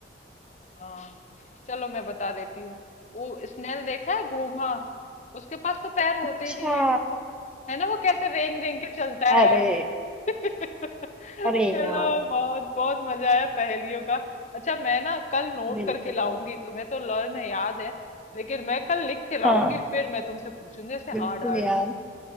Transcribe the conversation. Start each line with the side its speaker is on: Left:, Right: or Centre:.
Left: हाँ चलो मैं बता देती हूँ वो स्नेल देखा है घोंघा उसके पास तो पैर होते
Centre: अच्छा
Left: ही नहीं है है ना वो कैसे रेंग रेंग के चलता है
Centre: अरे
Left: <laughs>
Centre: अरे
Left: चलो
Centre: यार
Left: बहुत बहुत मजा आया पहेलियों का अच्छा मैं ना कल नोट
Centre: बिल्कुल
Left: करके लाऊंगी
Centre: यार
Left: तुम्हें तो लर्न है याद है लेकिन मैं कल लिख के लाऊंगी
Centre: हाँ
Left: फिर मैं तुमसे पूछूंगी ऐसे
Centre: बिल्कुल
Left: हार्ड हार्ड
Centre: यार